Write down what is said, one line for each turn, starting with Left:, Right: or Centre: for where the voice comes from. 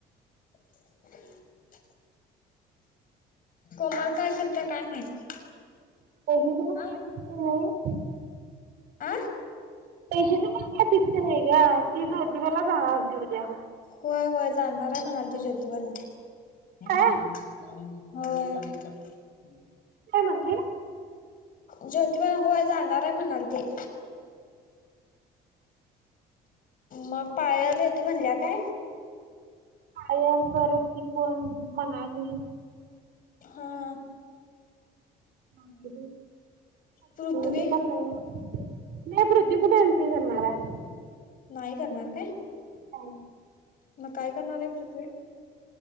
Left: <inaudible> कोमल काय करत्या काय माहित?
Right: <unintelligible>
Left: आ आं
Right: पैशचे पण काय फिक्स आहे का तीच होती मला सांगा होती त्या.
Left: होय होय जाणार आहे म्हणाल ती ज्योतिबाला. होय.
Right: काय? काय म्हणली?
Left: ज्योतिबा होय जाणार आहे म्हणाल ते. मग पायल येतो म्हणल्या काय?
Right: पायल परत ती कोण मनाली?
Left: हा हा.
Right: <unintelligible>
Left: पृथ्वी
Right: ते पण नाही. नाही पृथ्वी कुठे एन्ट्री करणार आहे.
Left: नाही करणार काय?
Right: <unintelligible>
Left: मगं कायं करणारं आहे पृथ्वी?